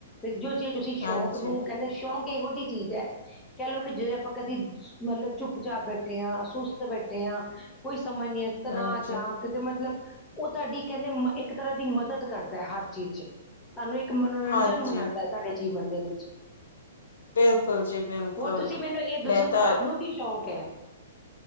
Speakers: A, on the left; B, on the left.
A: ਜੋ ਤੁਸੀਂ ਤੁਸੀਂ ਸ਼ੌਕ
B: ਹਾਂਜੀ,
A: ਨੂੰ, ਕਹਿੰਦੇ ਸ਼ੌਂਕ ਇਹੋ ਜਿਹੀ ਚੀਜ਼ ਹੈ। ਕਹਿ ਲਓ ਕਿ ਜੇ ਆਪਾਂ ਕਦੀ ਮਤਲੱਬ ਚੁੱਪ- ਚਾਪ ਬੈਠੇ ਹਾਂ, ਸੁਸਤ ਬੈਠੇ ਹਾਂ, ਕੋਈ ਸਮਂਝ ਨਹੀਂ ਤਣਾਅ
B: ਹਾਂਜੀ,
A: ਚੱ ਹਾਂ ਕਿ ਮਤਲੱਬ ਉਹ ਤੁਹਾਡੀ ਕਹਿੰਦੇ ਇੱਕ ਤਰਾਂ ਦੀ ਮਦਦ ਕਰਦਾ ਹੈ ਹਰ ਚੀਜ਼ ਚ। ਸਾਨੂੰ ਇੱਕ ਮਨੋਰੰਜਨ
B: ਹਾਂਜੀ
A: ਮਨਾਂਦਾ ਤੁਹਾਡੇ ਜੀਵਨ ਦੇ ਵਿੱਚ।
B: ਬਿਲਕੁਲ ਜੀ ਬਿਲਕੁਲ
A: ਹੋਰ ਤੁਸੀਂ ਮੈਨੂੰ ਇਹ ਦੱਸੋ,
B: ਮੈਂ
A: ਤੁਹਾਨੂੰ
B: ਤਾਂ
A: ਕੀ ਸ਼ੌਂਕ ਐ?